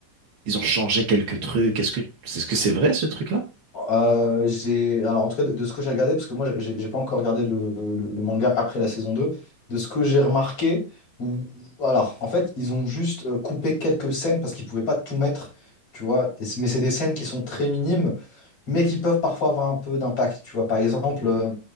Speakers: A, on the right (about 45°); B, on the left (about 45°).
A: ils ont changé quelques trucs. Est-ce que, est-ce que c'est vrai ce truc-là?
B: Euh, j'ai, alors, en tout cas, de, de ce que j'ai regardé, parce que moi, j'ai j'ai pas encore regardé le, le- le manga après la saison 2. de ce que j'ai remarqué, ou alors, en fait, ils ont juste euh, coupé quelques scènes parce qu'ils pouvaient pas tout mettre, tu vois. Et c'est- Mais c'est des scènes qui sont très minimes, mais qui peuvent parfois avoir un peu d'impact. Tu vois, par exemple. euh,